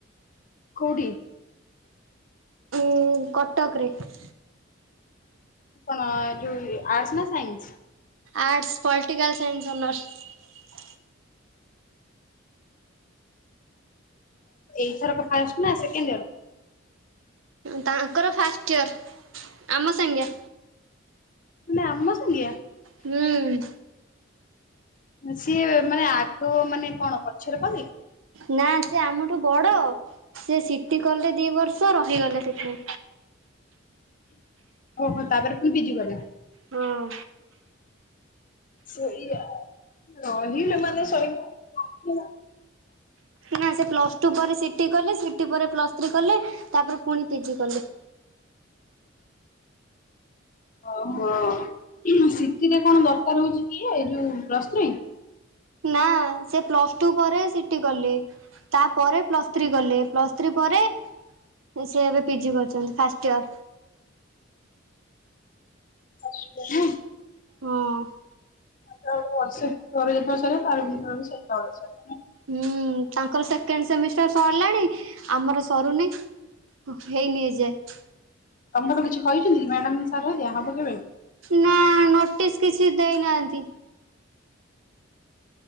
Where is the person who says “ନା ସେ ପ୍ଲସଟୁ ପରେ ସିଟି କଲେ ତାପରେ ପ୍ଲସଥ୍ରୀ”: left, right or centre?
Right